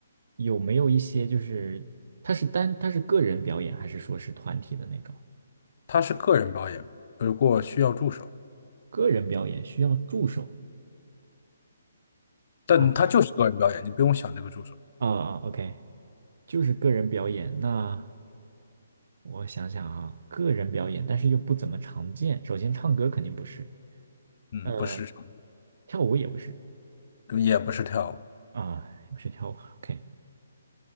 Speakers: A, on the right; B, on the left.
A: 有没有一些就是他是单他是个人表演，还是说是团体的那种？
B: 他是个人表演，不过需要助手，
A: 个人表演需要助手
B: 但他就是个人表演，
A: 啊
B: 你不用想这个助手。
A: 啊啊！OK，就是个人表演。那我想想哈，个人表演，但是又不怎么常见。首先，唱歌肯定不是，
B: 嗯，
A: 呃，
B: 不是唱
A: 跳舞也不是
B: 歌，也不是跳舞，
A: 啊，也不是跳舞。OK，